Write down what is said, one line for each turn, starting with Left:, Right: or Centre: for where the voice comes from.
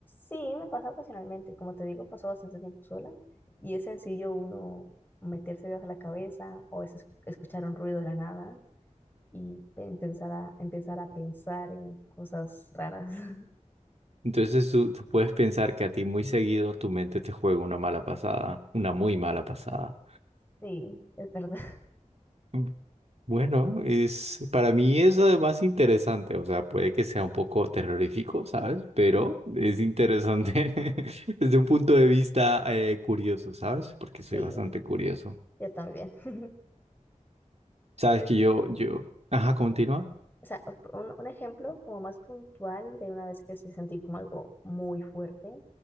Left: sí, me pasa ocasionalmente. Como te digo, paso bastante tiempo sola y es sencillo uno meterse ideas a la cabeza o a veces escuchar un ruido de la nada y empezar a, empezar a pensar en cosas raras. <laughs>
Right: Entonces tú, tú puedes pensar que a ti muy seguido tu mente te juega una mala pasada, una muy mala pasada.
Left: Sí, es verdad.
Right: Mm, Bueno, es, para mí es además interesante, o sea, puede que sea un poco terrorífico, ¿sabes? Pero es interesante <laughs> desde un punto de vista eh, curioso, ¿sabes? Porque
Left: Sí,
Right: soy bastante curioso.
Left: yo también. <laughs>
Right: Sabes
Left: Por
Right: que
Left: ej-
Right: yo, yo, ajá, continúa.
Left: O sea, un, un ejemplo como más puntual de una vez que se sentí como algo muy fuerte